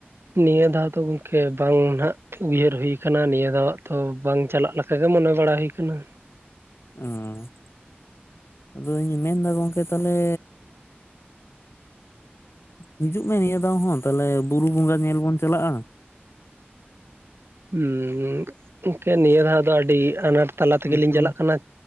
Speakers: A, on the right; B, on the left.
A: ᱱᱤᱭᱟᱹ ᱫᱷᱟᱣ ᱫᱚ ᱜᱚᱝᱠᱮ ᱵᱟᱝ ᱱᱟᱜ ᱩᱭᱦᱟᱹᱨ ᱦᱩᱭ ᱟᱠᱟᱱᱟ ᱱᱤᱭᱟᱹ ᱫᱷᱟᱣ ᱟᱜ ᱛᱚ ᱵᱟᱝ ᱪᱟᱞᱟᱜ, ᱚᱱᱠᱟ ᱜᱮ ᱢᱚᱱᱮ ᱵᱟᱲᱟ ᱦᱩᱭ ᱟᱠᱟᱱᱟ᱾
B: ᱚᱦ ᱟᱫᱚ ᱤᱧ ᱢᱮᱱᱫᱟ ᱜᱚᱝᱠᱮ ᱛᱟᱦᱞᱮ᱾ ᱦᱤᱡᱩᱜ ᱢᱮ ᱱᱤᱭᱟᱹ ᱫᱷᱟᱣ ᱦᱚᱸ ᱛᱟᱦᱞᱮ ᱵᱩᱨᱩ ᱵᱚᱸᱜᱟ ᱧᱮᱞ ᱵᱚᱱ ᱪᱟᱞᱟᱜᱼᱟ᱾
A: ᱦᱮᱸ ᱜᱚᱝᱠᱮ ᱱᱤᱭᱟᱹ ᱫᱷᱟᱣ ᱫᱚ ᱟᱹᱰᱤ ᱟᱱᱟᱴ ᱛᱟᱞᱟ ᱛᱮᱜᱮᱞᱤᱧ
B: ᱛᱚ
A: ᱪᱟᱞᱟᱜ ᱠᱟᱱᱟ᱾